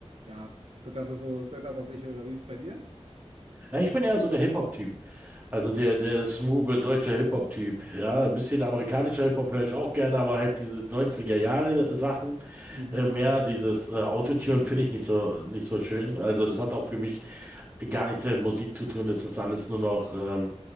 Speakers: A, on the right; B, on the right.
A: ja, so das ist so das, was ich höre. Wie ist es bei dir?
B: Ja, ich bin eher so der Hip-Hop-Typ. Also der, der smooth deutscher Hip-Hop-Typ. Ja, ein bisschen amerikanischer Hip-Hop höre ich auch gerne, aber halt diese neunziger jahre sachen
A: Mhm.
B: äh, mehr dieses äh, Autotune finde ich nicht so, nicht so schön. Also das hat auch für mich gar nichts mehr mit Musik zu tun. Das ist alles nur noch ähm,